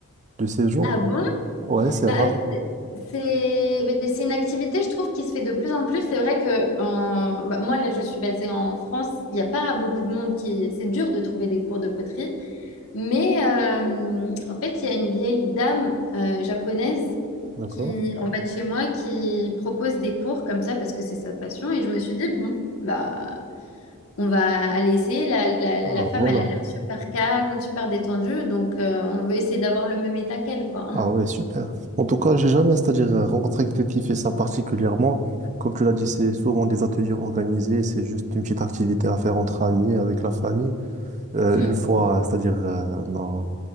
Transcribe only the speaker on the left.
Ah bon?
Bah,
euh, c'est c'est- mais c'est une activité, je trouve, qui se fait de plus en plus. C'est vrai que en- bah, moi, là, je suis basée en France. Il n'y a pas beaucoup de monde qui... C'est dur de trouver des cours de poterie. Mais euh, en fait, il y a une vieille dame euh, japonaise
qui, en bas de chez moi qui propose des cours comme ça parce que c'est sa passion. Et je me suis dit, bon, bah, on va aller essayer. La, la- la
la femme,
elle a l'air super calme, super détendue. Donc, euh, on veut essayer d'avoir le même état qu'elle, quoi.
Mm.